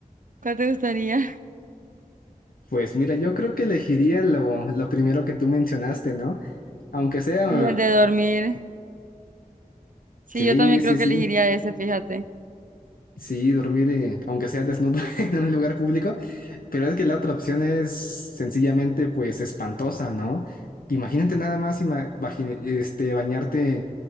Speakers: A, on the right; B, on the left.
A: ¿Cuál te gustaría? <laughs>
B: Pues mira, yo creo que elegiría lo, lo primero que tú mencionaste, ¿no? Aunque sea,
A: Y el de dormir. Sí,
B: sí,
A: yo también creo
B: sí,
A: que
B: sí,
A: elegiría ese, fíjate.
B: sí, dormir, eh, aunque sea desnudo <laughs> en un lugar público, Pero es que la otra opción es sencillamente pues espantosa, ¿no? Imagínate nada más ima- bajine- este, bañarte